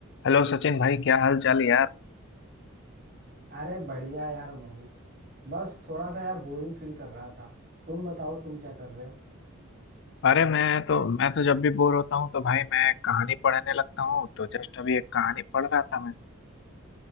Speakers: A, on the left; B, on the right.
A: Hello Sachin भाई क्या हाल चाल यार
B: अरे बढ़िया यार मोहित बस थोड़ा सा यार बोरिंग फील कर रहा था तुम बताओ तुम क्या कर रहे हो
A: अरे मैं तो मैं तो जब भी बोर होता हूँ तो भाई मैं कहानी पढ़ने लगता हूँ तो जस्ट अभी एक कहानी पढ़ रहा था मैं